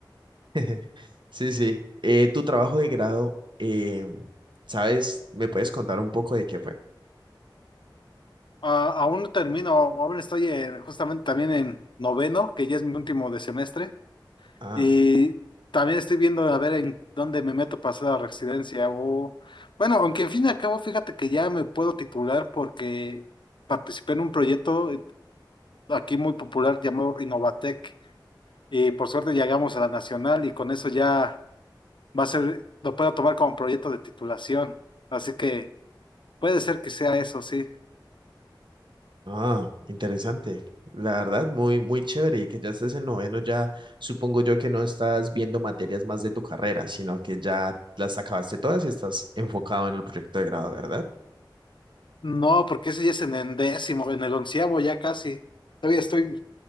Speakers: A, on the right; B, on the left.
A: <laughs> Sí, sí. Eh, tu trabajo de grado, eh, ¿sabes? ¿Me puedes contar un poco de qué fue?
B: Ah, aún no termino, aún estoy en- justamente también en noveno, que ya es mi último de semestre.
A: Ah,
B: Y también estoy viendo a ver en dónde me meto para hacer la residencia o... Bueno, aunque en fin y al cabo, fíjate que ya me puedo titular porque participé en un proyecto eh, aquí muy popular llamado Innovatec y por suerte llegamos a la nacional y con eso ya va a ser, lo puedo tomar como proyecto de titulación. Así que puede ser que sea eso, sí.
A: ah, interesante. La verdad, muy, muy chévere. Y que ya estés en noveno, ya supongo yo que no estás viendo materias más de tu carrera, sino que ya las acabaste todas y estás enfocado en el proyecto de grado, ¿verdad?
B: No, porque ese ya es en el décimo, en el onceavo ya casi. Todavía estoy,